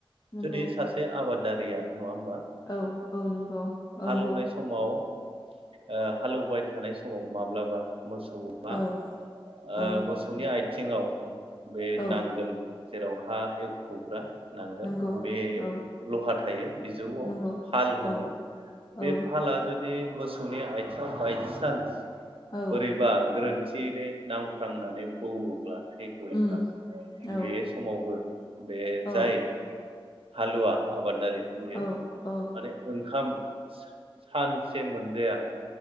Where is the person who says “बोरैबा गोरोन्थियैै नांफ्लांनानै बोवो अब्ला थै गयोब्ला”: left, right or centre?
Right